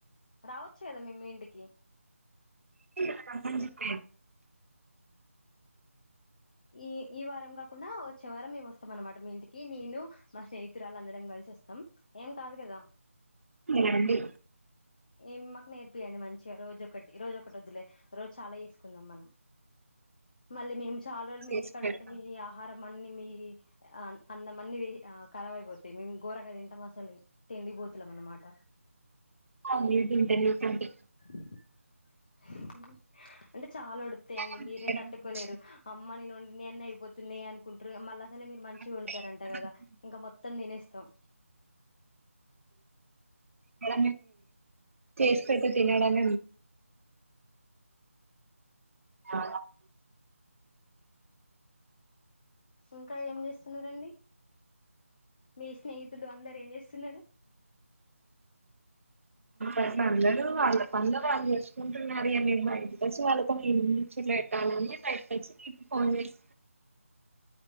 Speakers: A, on the left (about 35°); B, on the right (about 60°).
A: రావచ్చు కదా మే మీ ఇంటికి
B: టీ మన్మంచూపే
A: ఈ ఈ వారం కాకుండా వచ్చే వారం మేము వస్తాం అన్నమాట మీ ఇంటికి నేను మా స్నేహితురాలు అందరం కలిసి వస్తాం ఏం కాదు కదా
B: ఇనండీ
A: ఏ మాకు నేర్పియండి మంచిగా రోజొ ఒకటి రోజు ఒకటి వద్దులే రోజు చాలా చేసుకుందాం మనం మళ్ళీ మేము చాలా రోజులు
B: చేసి
A: మీ ఇంటికాడ
B: పెడతాను
A: ఉంటే మీ ఆహారం అన్ని మీ అన్నమన్నవి కఖరావైపోతాయి మేము ఘోరంగా తింటాం అసలు తిండిపోతులేం అన్నమాట
B: ఆ ఇ ఇంటర్వ్యూ కంటి
A: <unintelligible> హు అంటే చాలా ఓడుతాయండి
B: అందుకని
A: మీరే
B: చేయడం
A: తట్టుకోలేరు
B: మంచిది
A: అమ్మని ఓ నాయన్ని నేన్న అయిపోతున్నాయి అనుకుంటారు మళ్ళ అసలు మీరు మంచిగా
B: అట్లే
A: వండుతరంట
B: మనకు
A: కదా ఇంకా మొత్తం తినేస్త త
B: మడ చేసు పెడితే తినడం ఆ
A: ఇంకా ఏం చేస్తున్నారండి మీ స్నేహితులు అందరు ఏం చేస్తున్నారు
B: అట్ల అందరూ వాళ్ళ పనులు వాళ్ళు చేసుకుంటున్నారు ఇగ మేము బయట వచ్చి వాళ్ళతో ఏం ముచ్చట్లు పెట్టాలని బయటకొచ్చి మీకు ఫోన్ చేస